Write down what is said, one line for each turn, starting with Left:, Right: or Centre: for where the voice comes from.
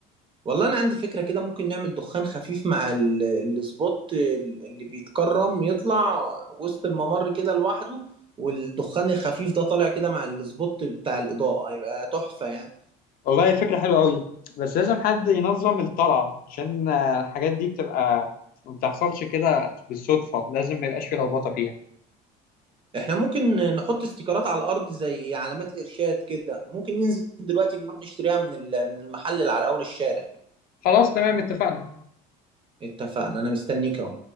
Right: والله انا عندي فكرة كده ممكن نعمل دخان خفيف مع ال- السبوت اللي بيتكرم يطلع وسط الممر كده لوحده والدخان الخفيف ده طالع كده مع السبوت بتاع الإضاءة هيبقى تحفة يعني
Left: والله فكرة حلوة قوي بس لازم حد ينظم الطلعة عشان آه، الحاجات دي بتبقى ما بتحصلش كده بالصدفة لازم ما يبقاش في لخبطة فيها
Right: احنا ممكن نحط استيكرات على الارض زي علامات ارشاد كده ممكن ننزل دلوقتي نروح نشتريها من ال- من المحل اللي على اول الشارع
Left: خلاص تمام اتفقنا
Right: اتفقنا انا مستنيك اهو